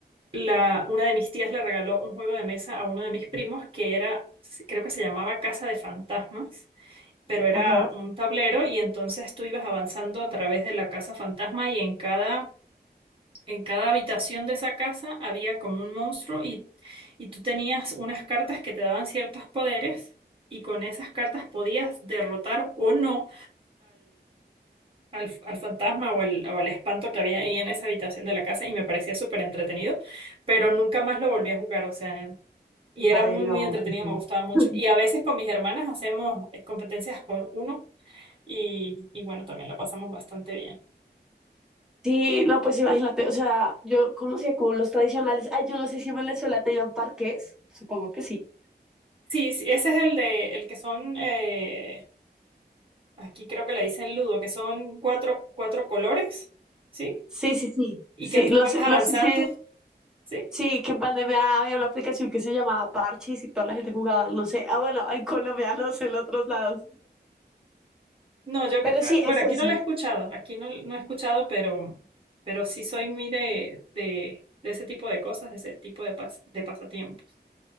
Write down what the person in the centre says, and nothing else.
Ajá.
Ay,
no,
qué sad.
<laughs>
Sí, no, pues imagínate, o sea, yo conocía como los tradicionales. Ay, yo no sé si en Venezuela tengan parques, supongo que sí.
Sí, sí, sí.
Sí,
no
sé,
no sé si,
sí, que en pandemia había una aplicación que se llamaba Parchis y toda la gente jugaba, no sé. Ah, bueno, en Colombia, no sé, en otros lados.
Pero
sí, es
ese.